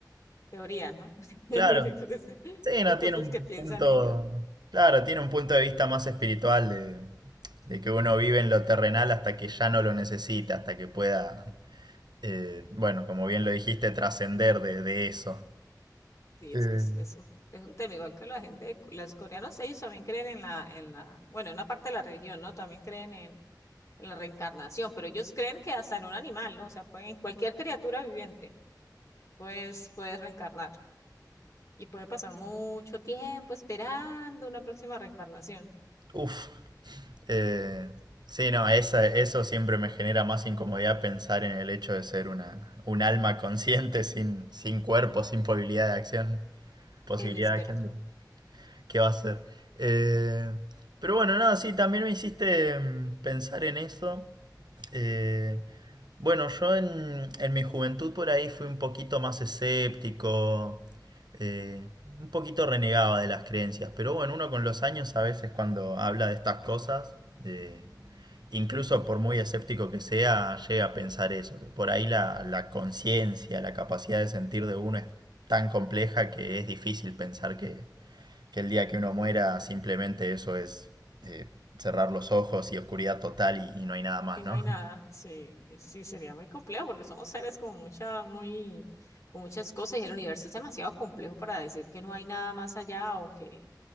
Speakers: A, on the left; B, on the right.
A: Teoría, ¿no? <laughs> Yo
B: Claro.
A: creo que Son
B: Sí, no,
A: son
B: tiene
A: cosas
B: un
A: que piensan
B: punto,
A: ellos.
B: claro, tiene un punto de vista más espiritual de, de que uno vive en lo terrenal hasta que ya no lo necesita, hasta que pueda, eh, bueno, como bien lo dijiste, trascender de, de eso.
A: Sí,
B: Eh,
A: es que es, es un, es un tema igual que la gente, de- Cu- los coreanos, ellos también creen en la, en la, bueno, en una parte de la religión, ¿no? También creen en la reencarnación, pero ellos creen que hasta en un animal, ¿no? O sea, pueden, cualquier criatura viviente, pues puedes reencarnar y puede pasar mucho tiempo esperando una próxima reencarnación
B: Uf, eh, sí, no, esa- eso siempre me genera más incomodidad pensar en el hecho de ser una, un alma consciente sin, sin cuerpo, sin posibilidad de acción, posibilidad
A: en espera
B: de acción. ¿Qué va a ser? Eh, pero bueno, nada, sí, también me hiciste mm, pensar en eso. Eh, bueno, yo en, en mi juventud por ahí fui un poquito más escéptico, eh, un poquito renegaba de las creencias, pero bueno, uno con los años a veces cuando habla de estas cosas, eh, incluso por muy escéptico que sea, llega a pensar eso, que por ahí la, la conciencia, la capacidad de sentir de uno es tan compleja que es difícil pensar que que el día que uno muera simplemente eso es eh, cerrar los ojos y oscuridad total y, y no hay nada más,
A: y no
B: ¿no?
A: hay nada. Sí, sí, sería muy complejo porque somos seres con mucha, muy, con muchas cosas y el universo es demasiado complejo para decir que no hay nada más allá o que,